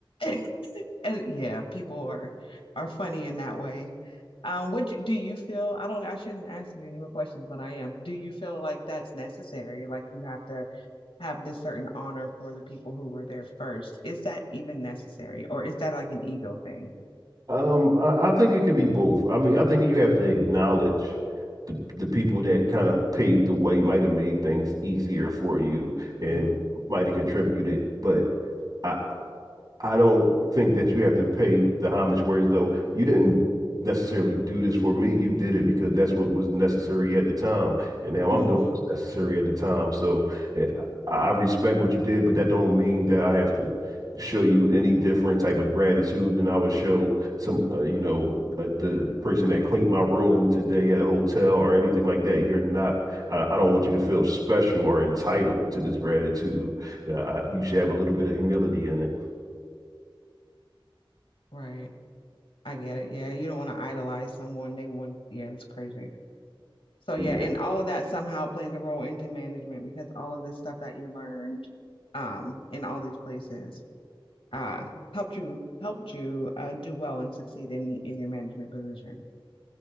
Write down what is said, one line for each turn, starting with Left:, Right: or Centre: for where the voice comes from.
Left: <laughs> And yeah, people are are funny in that way. Um, would you, do you feel, I don't, I shouldn't ask you any more questions, but I am. Do you feel like that's necessary? Like you have to have this certain honor for the people who were there first. Is that even necessary, or is that like an ego thing?
Right: Um, I, I think it could be both. I mean, I think you have to acknowledge the, the people that kind of paved the way, might have made things easier for you and
Left: hmm
Right: might have contributed, but I, I don't think that you have to pay the homage, whereas though you didn't necessarily do this for me. You did it because that's what was necessary at the time. And now
Left: hmm
Right: I'm doing what's necessary at the time. So eh, I, I respect what you did, but that don't mean that I have to show you any different type of gratitude than I would show some, uh, you know, uh, the person that cleaned my room today at a hotel or anything like that. You're not, I, I don't want you to feel special or entitled to this gratitude. Uh, I, you should have a little bit of humility in it.
Left: Right. I get it. Yeah, you don't want to idolize someone. They want. Yeah, it's crazy. So
Right: Yeah.
Left: yeah, and all of that somehow plays a role into management because all of this stuff that you learned, um, in all these places. uh helped you helped you uh do well and succeed in in your management position.